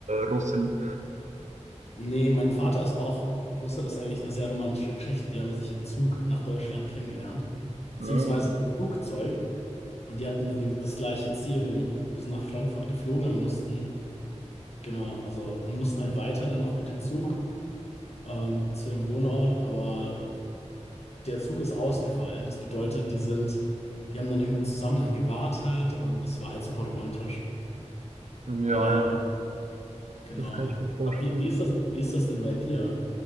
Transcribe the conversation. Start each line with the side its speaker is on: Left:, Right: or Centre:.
Right: Russin.
Left: nee, mein Vater ist auch Russe. Das ist eigentlich eine sehr romantische Geschichte. Die haben sich im Zug nach Deutschland kennengelernt. Beziehungsweise
Right: Ja,
Left: im Flugzeug. Und die hatten den- das gleiche Ziel, weil die sind nach Frankfurt geflogen und mussten Genau, also und mussten halt weiter dann noch mit dem Zug ähm, zu ihrem Wohnort, aber der Zug ist ausgefallen. Das bedeutet, die sind, die haben dann irgendwie zusammen dann gewartet und das war halt super romantisch.
Right: ja,
Left: Aber ja,
Right: ja.
Left: genau.
Right: Das kann ich mir vorstellen.
Left: Aber Wie, wie ist das, wie ist das denn bei dir?